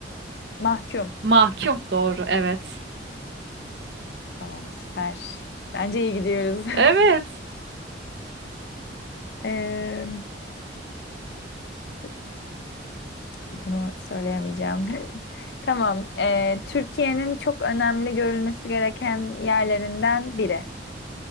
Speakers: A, on the left; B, on the right.
A: mahkum.
B: Mahkum doğru evet.
A: Tamam, süper. Bence iyi gidiyoruz.
B: Evet.
A: <laughs> E, Bunu söyleyemeyeceğim. <laughs> Tamam. Ee, Türkiye'nin çok önemli görülmesi gereken yerlerinden biri.